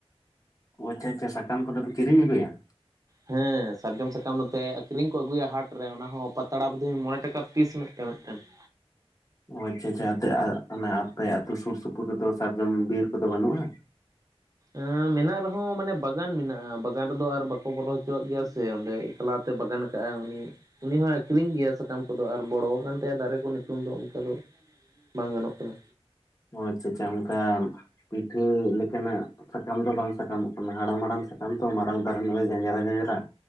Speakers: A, on the left (about 30°); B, on the right (about 35°).
A: ᱚ ᱟᱪᱪᱷᱟ ᱟᱪᱪᱷᱟ, ᱥᱟᱠᱟᱢ ᱠᱚᱫᱚ ᱯᱮ ᱠᱤᱨᱤᱧ ᱟᱹᱜᱩᱭᱟ?
B: ᱦᱮᱸ ᱥᱟᱨᱡᱚᱢ ᱥᱟᱠᱟᱢ ᱱᱚᱛᱮ ᱟᱹᱠᱷᱨᱤᱧ ᱠᱚ ᱟᱹᱜᱩᱭᱟ ᱦᱟᱴ ᱨᱮ ᱚᱱᱟ ᱦᱚᱸ ᱯᱟᱛᱲᱟ ᱵᱩᱫᱷᱤᱞ ᱢᱚᱬᱮ ᱴᱟᱠᱟ ᱯᱤᱥ ᱢᱮ ᱴᱮᱡ ᱢᱤᱫᱴᱮᱱ ᱾
A: ᱚ ᱟᱪᱪᱷᱟ ᱟᱪᱪᱷᱟ, ᱟᱛᱮ ᱚᱱᱟ ᱟᱯᱮ ᱟᱹᱛᱩ ᱥᱩᱨ ᱥᱩᱯᱩᱨ ᱨᱮᱫᱚ ᱥᱟᱨᱡᱚᱢ ᱵᱤᱨ ᱠᱚᱫᱚ ᱵᱟᱹᱱᱩᱜᱼᱟ?
B: ᱮᱸᱻ ᱢᱮᱱᱟᱜ ᱨᱮᱦᱚᱸ ᱢᱟᱱᱮ ᱵᱟᱜᱟᱱ ᱢᱮᱱᱟᱜᱼᱟ, ᱵᱟᱜᱟᱱ ᱨᱮᱫᱚ ᱟᱨ ᱵᱟᱠᱚ ᱵᱚᱞᱚ ᱦᱚᱪᱚᱣᱟᱜ ᱜᱮᱭᱟ ᱥᱮ ᱚᱸᱰᱮ ᱮᱠᱞᱟ ᱛᱮ ᱵᱟᱜᱟᱱ ᱠᱟᱜᱼᱟ ᱩᱱᱤ ᱾ ᱩᱱᱤ ᱦᱚᱸᱭ ᱟᱹᱠᱷᱨᱤᱧ ᱜᱮᱭᱟ ᱥᱟᱠᱟᱢ ᱠᱚᱫᱚ, ᱟᱨ ᱵᱚᱲᱚ ᱟᱠᱟᱱ ᱛᱟᱭᱟ ᱫᱟᱨᱮ ᱠᱚ ᱱᱤᱛᱚᱝ ᱫᱚ ᱚᱱᱠᱟ ᱫᱚ ᱵᱟᱝ ᱜᱟᱱᱚᱜ ᱠᱟᱱᱟ᱾
A: ᱚ ᱟᱪᱪᱷᱟ ᱟᱪᱪᱷᱟ ᱚᱝᱠᱟ ᱯᱤᱴᱷᱟᱹ ᱞᱮᱠᱟᱱᱟᱜ ᱥᱟᱠᱟᱢ ᱫᱚ ᱵᱟᱝ ᱥᱟᱠᱟᱢᱚᱜ ᱠᱟᱱᱟ ᱦᱟᱲᱟᱢ ᱦᱟᱲᱟᱢ ᱥᱟᱠᱟᱢ ᱛᱚ ᱢᱟᱨᱟᱝ ᱫᱟᱨᱮ ᱱᱟᱹᱲᱤ ᱡᱟᱧᱡᱽᱨᱟ ᱡᱟᱧᱡᱽᱨᱟ᱾